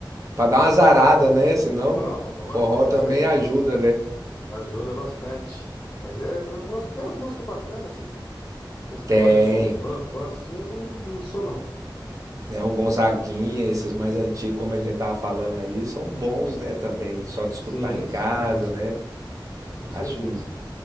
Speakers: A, on the right (about 45°); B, on the left (about 25°).
A: Pra dar uma zarada, né? Senão
B: Não, lógico,
A: forró
B: é
A: também
B: isso aí.
A: ajuda, né?
B: Ajuda bastante. Mas é, eu gosto, tem umas músicas bacanas, assim. É isso que
A: Tem.
B: eu falar que eu sou fã, fã, assim, eu não, não sou, não.
A: Né, um Gonzaguinha, esses mais antigos, como a gente tava falando aí, são bons, né, também. Só de
B: Sim,
A: escutar em casa,
B: sim, com, cer-
A: né?
B: com certeza.
A: Acho,